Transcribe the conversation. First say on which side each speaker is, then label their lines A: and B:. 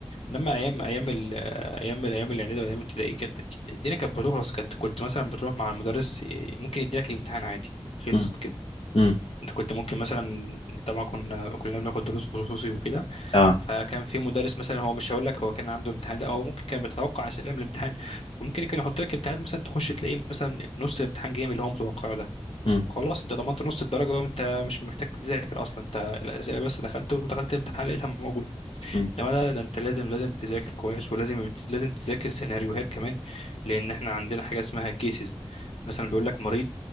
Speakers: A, on the left; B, on the left.
A: انما ايام ايام ال ايام ايام الاعدادي وايام الابتدائي كانت الدنيا كانت بتخلص كانت كنت مثلا بتروح مع المدرس ي- ممكن يديلك الامتحان عادي خلصت
B: مم،
A: كده
B: مم،
A: انت كنت ممكن مثلا طبعا كنا كلنا بناخد دروس خصوصي وكده
B: اه
A: فكان في مدرس مثلا هو مش هقول لك هو كان عنده امتحان لا هو ممكن كان بيتوقع اسئله من الامتحان فممكن كان يحط لك امتحانات مثلا تخش تلاقي مثلا نص الامتحان جاي من اللي هو متوقعه ده
B: مم،
A: خلاص انت ضمنت نص الدرجه وانت مش محتاج تذاكر اصلا انت الاسئله بس دخلت ودخلت الامتحان لقيتها موجوده
B: مم.
A: ده ده ده انت لازم لازم تذاكر كويس ولازم لازم تذاكر سيناريوهات كمان لان احنا عندنا حاجه اسمها كيسز مثلا بيقول لك مريض